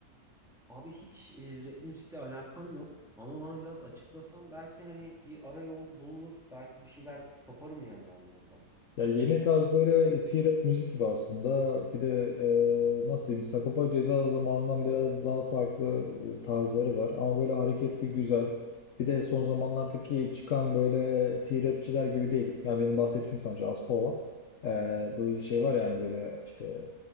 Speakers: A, in the centre; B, on the left (about 60°).
A: Abi hiç e, rap müzikle alakam yok ama bana biraz açıklasan belki hani bir ara yol bulunur belki bir şeyler kaparım yani ben de buradan.
B: Ya yeni tarz böyle T-rap müzik gibi aslında. Bir de e, nasıl diyeyim Sagopa Ceza zamanından biraz daha farklı e, tarzları var. Ama böyle hareketli güzel. Bir de son zamanlardaki çıkan böyle T-rapçiler gibi değil. Yani benim bahsettiğim sanatçı Aspava. Ee, böyle şey var yani böyle işte